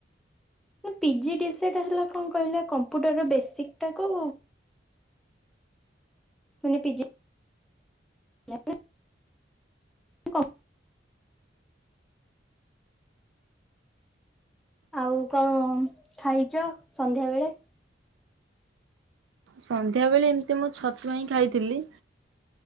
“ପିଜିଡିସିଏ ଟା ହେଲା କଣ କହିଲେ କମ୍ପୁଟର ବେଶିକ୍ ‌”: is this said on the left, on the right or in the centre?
Centre